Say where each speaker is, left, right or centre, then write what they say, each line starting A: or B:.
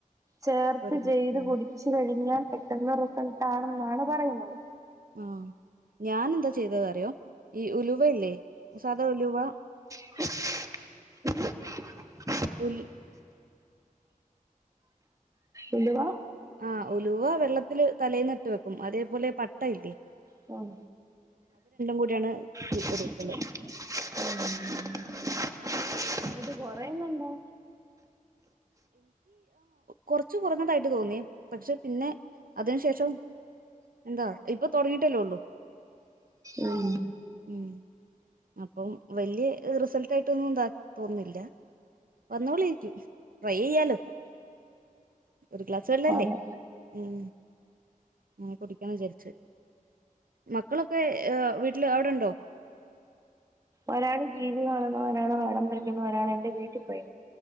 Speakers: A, on the right; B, on the right.
A: ചേർത്ത്
B: ഒരു മിനിറ്റ്
A: ചെയ്ത് കുടിച്ച് കഴിഞ്ഞാൽ പെട്ടെന്ന് റിസൾട്ടാണെന്നാണ് പറയുന്നത്.
B: ആഹ്. ഞാനെന്താ ചെയ്തതറിയോ ഈ ഉലുവയില്ലേ സാദാ ഉലുവ
A: <unintelligible>
B: ഉൽ
A: എന്തുവാ
B: ആഹ് ഉലുവ വെള്ളത്തില് തലേന്നിട്ട് വെക്കും അതേപോലെ പട്ട ഇല്ലേ
A: <unintelligible>
B: കൂടിയാണ്
A: എന്നിട്ട്
B: ഇ- എടുക്കല്
A: കൊറയുന്നുണ്ടോ
B: കുറച്ചു കുറഞ്ഞതായിട്ട് തോന്നി പക്ഷെ പിന്നെ അതിന് ശേഷം എന്താ ഇപ്പൊ തുടങ്ങിട്ടല്ലോള്ളു
A: ഉം
B: ഉം അപ്പം വലിയ റിസൾട്ടായിട്ടൊന്നും തോന്നുന്നില്ല വന്നോലെ ഇരിക്കും ട്രൈ ചെയ്യാലോ ഒരു ക്ലാസ്സ് വെള്ളല്ലേ
A: അതെ
B: ഉം <unintelligible> മക്കളൊക്കെ വീ ഇല്ല അവിടെണ്ടോ
A: ഒരാള് ടി വി കാണുന്നു ഒരാള് പടം വരക്കുന്നു ഒരാള് എൻറെ വീട്ടിൽ പോയി